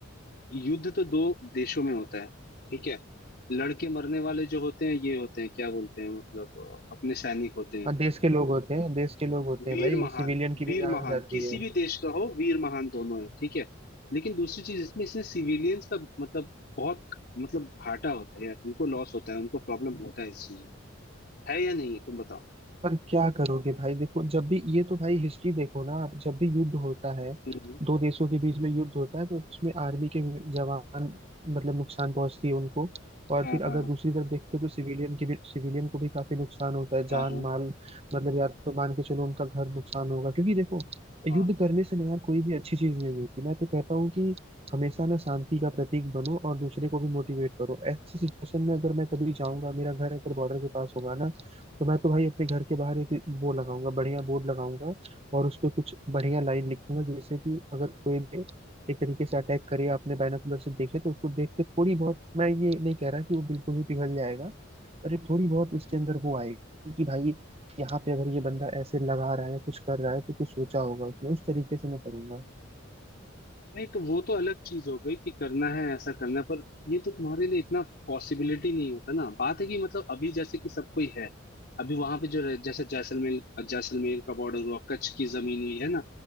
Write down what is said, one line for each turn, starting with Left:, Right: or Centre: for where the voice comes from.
Left: युद्ध तो दो देशों में होता है ठीक है लड़के मरने वाले जो होते हैं ये होते हैं क्या बोलते हैं मतलब अ, अपने सैनिक होते हैं
Right: और देश के लोग होते हैं देश के लोग होते
Left: वीर
Right: हैं भाई
Left: महान
Right: सिविलियन की भी
Left: वीर
Right: जान
Left: महान
Right: जाती
Left: किसी
Right: है
Left: भी देश का हो वीर महान दोनों है ठीक है लेकिन दूसरी चीज इसमें इसने सिविलियंस का मतलब बहुत मतलब घाटा होता है यार उनको लॉस होता है उनको प्रॉब्लम होता है इस चीज है या नहीं है तुम बताओ
Right: पर क्या करोगे भाई देखो जब भी ये तो भाई हिस्ट्री देखो ना आप जब भी युद्ध होता है
Left: हम्म,
Right: दो देशों के बीच में युद्ध होता है तो उसमें आर्मी के जवान मतलब नुकसान पहुंचती है उनको और
Left: हाँ
Right: फिर
Left: हाँ
Right: अगर दूसरी तरफ देखें तो सिविलियन के भी सिविलियन को भी काफी नुकसान होता है जान
Left: हाँ
Right: माल मतलब या तो मान के चलो उनका घर नुकसान होगा क्योंकि देखो युद्ध
Left: हाँ
Right: करने से ना यार कोई भी अच्छी चीज नहीं होती मैं तो कहता हूँ कि हमेशा ना शांति का प्रतीक बनो और दूसरे को भी मोटिवेट करो ऐसी सिचुएशन में अगर मैं कभी जाऊंगा मेरा घर अगर बॉर्डर के पास होगा ना तो मैं तो भाई अपने घर के बाहर एक वो लगाऊंगा बढ़िया बोर्ड लगाऊंगा और उस पे कुछ बढ़िया लाइन लिखूंगा जैसे कि अगर कोई भी एक तरीके से अटैक करे आपने बायनोकुलर से देखे तो उसको देख के थोड़ी बहुत मैं ये नहीं कह रहा कि वो बिल्कुल ही पिघल जाएगा पर ये थोड़ी बहुत उसके अंदर वो आएगी कि भाई यहाँ पे अगर ये बंदा ऐसे लगा रहा है कुछ कर रहा है तो कुछ सोचा होगा उसने उस तरीके से मैं करूंगा
Left: नहीं तो वो तो अलग चीज हो गई कि करना है ऐसा करना है पर ये तो तुम्हारे लिए इतना पॉसिबिलिटी नहीं होता ना बात है कि मतलब अभी जैसे कि सब कोई है अभी वहां पे जो रह- जैसे जैसलमेर जैसलमेर का बॉर्डर हुआ कच्छ की जमीन हुई है ना